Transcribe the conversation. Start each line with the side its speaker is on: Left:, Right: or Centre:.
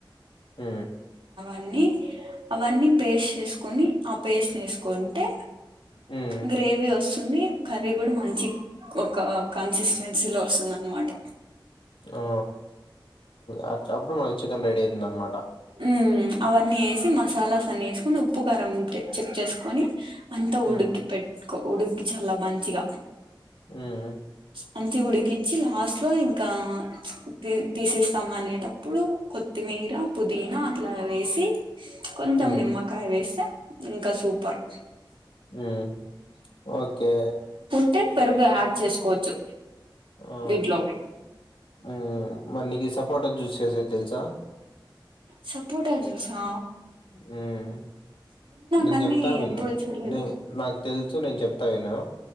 Left: ఊ
Right: అన్ని అవన్నీ పేస్ట్ చేసుకొని ఆ పేస్టని ఏసుకుంటే
Left: హ్మ్.
Right: గ్రేవీ వస్తుంది కర్రీ కూడా మంచి ఒక కన్సిస్ టెంసీ లొ వస్తుందన్నమాట
Left: ఆ అ అప్పుడు మ చికన్ రెడీ అయితుందన్నమాట
Right: ఉమ్ ఊమ్ అవన్నీ ఏసి మసాలాస్ అన్నీ ఏసుకొని ఉప్పు కారం అంతే చెక్ చేసుకొని అంత
Left: హ్మ్.
Right: ఉడుకి పెట్ ఉడిక్కి చల్ల మంచిగ
Left: ఊమ్
Right: మంచిగ ఉడికిచ్చి లాస్ట్లో ఇంకా ప్చ్ తీ తీసేస్తామనేటప్పుడు కొత్తిమీర పుదీనా అట్ల వేసి కొంచెం
Left: ఉమ్
Right: నిమ్మకాయ వేస్తే ఇంక సూపర్
Left: హ్మ్ ఒకే
Right: టే పెరుగు యాడ్ చేసుకోవచ్చు
Left: ఆ
Right: దీంట్లోకి
Left: హ్మ్ మళ్ళీ నిక్ సప్ పోట జ్యూస్ చేసేది తెలుసా
Right: సపోట జూసా
Left: హ్మ్ నేను
Right: కానీ
Left: చెప్తా విను
Right: ఎప్పుడు చూడలేదు
Left: నే నాకు తెలుసు నేను చెప్తా విను